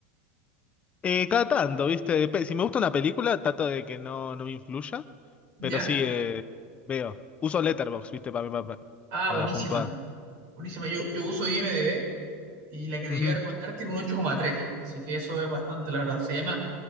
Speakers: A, on the left; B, on the right.
A: eh, cada tanto, ¿viste? Dep- si me gusta una película, trato de que no, no me influya.
B: ¿ya?
A: Pero sí, eh, veo. Uso Letterboxd, ¿viste? Para mí, pa- pa-
B: Ah,
A: para,
B: buenísima,
A: puntuar.
B: buenísima, yo, yo uso IMDb y la que te
A: Ujú.
B: iba a recomendar tiene un ocho coma tres, así que eso es bastante, la verdad, se llama